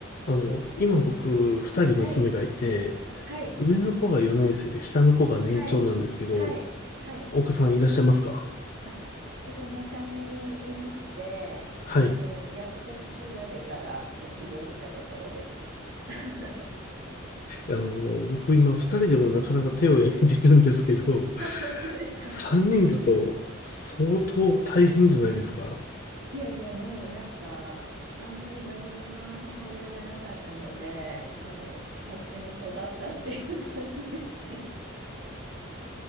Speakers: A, on the left (about 45°); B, on the right (about 65°).
A: あの、今僕、二人娘がいて、
B: はい、はい、
A: 上の子が4年生で、下の子が年長なんですけど、
B: はい、はい、はい。
A: 岡さんいらっしゃいますか
B: あ、子供3人いまして、
A: はい。
B: あの、やっと子育てから卒業したところです。<laughs>
A: あの、僕今二人でもなかなか手を焼いてるんですけど、
B: 本当ですか
A: 三人だと相当大変じゃないですか
B: いやいや、もうなんか、あんまり真面目な母親じゃなかったので、あの、勝手に育ったっていう感じですね。